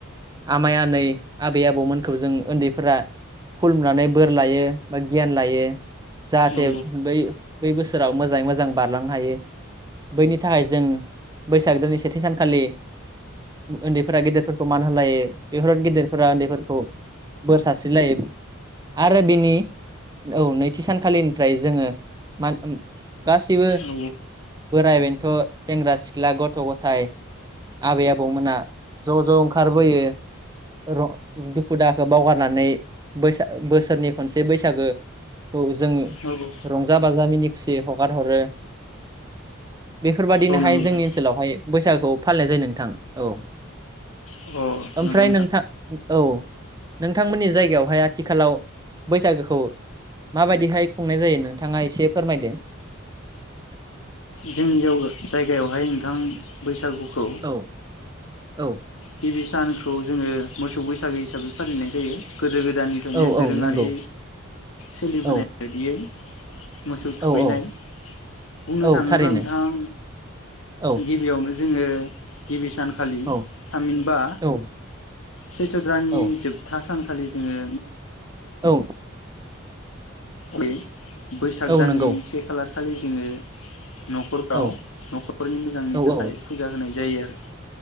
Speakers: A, on the right (about 20°); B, on the left (about 75°).
A: आमाइ आनै आबै आबौमोनखौ जों ओन्दैफोरा खुलुमनानै बोर लायो बा गियान लायो। जाहाथे
B: औ
A: बै बै बोसोराव मोजाङै मोजां बारलांनो हायो। बैनि थाखाय जों बैसागो दनि सेथि सानखालि उन्दैफोरा गेदेरफोरखौ मान होलायो बेफोर गेदिरफोरा उन्दैफोरखौ बोर सारस्रिलायो आरो बिनि औ नैथि सानखालिनिफ्राय जोङो मा गासिबो
B: औ
A: बोराय बेनोथ' सेंग्रा सिख्ला गथ' गथ थाइ आबै आबौमोनहा ज' ज' ओंखारबोयो। रं दुखु दाहाखौ बावगारनानै बैसा बोसोरनि खनसे बैसागो खौ जोङो
B: औ
A: रंजा बाजा मिनि खुसियै हगार हरो। बेफोरबादिनोहाय
B: औ नंगौ नोंथां
A: जोंनि ओनसोलावहाय बैसागोखौ फालिनाय जायो नोंथां औ।
B: अ
A: ओमफ्राय
B: नंगौ
A: नोंथां औ नोंथांमोननि जायगायावहाय आथिखालाव बैसागोखौ माबादिहाय खुंनाय जायो नोंथाङा एसे फोरमायदो?
B: जोंनि जावो जायगायावहाय नोंथां बैसागु खौ
A: औ औ
B: गिबि सानखौ जोङो मोसौ बैसागो हिसाबै फालिनाय जायो। गोदो गोदायनिफ्रायनो
A: औ
B: दोरोङारि
A: औ नंगौ
B: सोलिबोनाय
A: औ
B: बायदियै मोसौ थुखैनाय
A: औ औ
B: बुंनो
A: औ
B: थाङोब्ला
A: थारैनो
B: नोंथां
A: औ
B: गिबियाव नो जोङो गिबि सान खालि
A: औ
B: थामहिनबा
A: औ
B: सैथ्रा दाननि
A: औ
B: जोबथा सानखौ खालि जोङो
A: औ।
B: बे बैसाग
A: औ
B: दाननि
A: नंगौ
B: से खालार खालि जोङो न'खरफ्राव
A: औ
B: न'खरनि मोजांनि
A: औ
B: थाखाय
A: औ
B: फुजा होनाय जायो आरो।